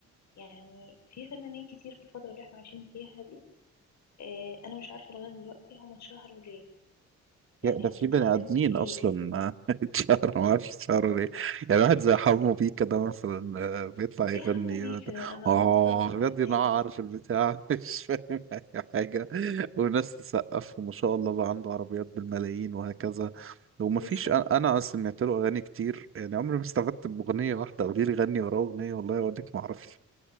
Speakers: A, on the left; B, on the right.
A: يعني في فنانين كتير في الفترة اللي احنا عايشين فيها دي آه، أنا مش عارفة لغاية دلوقتي هما اتشهروا ليه يعني
B: يا ده في
A: أنت
B: بني
A: قدمت
B: ادمين
A: إيه
B: اصلا <laughs> اتشهر ما اعرفش اتشهروا ليه يعني واحد زي حمو
A: س-
B: بيه كده مثلا آه، بيطلع يغني
A: إيه حمو بيه كده أنا
B: اه
A: أنا مستغربة
B: بجد
A: الأسامي
B: ينعر في البتاع <laughs> مش فاهم اي حاجه وناس تسقف وما شاء الله بقى عنده عربيات بالملايين وهكذا ومفيش
A: بالظبط
B: انا أنا سمعت له اغاني كتير يعني عمري ما استفدت باغنيه واحده قولي لي غني وراه اغنيه والله اقول لك ما اعرفش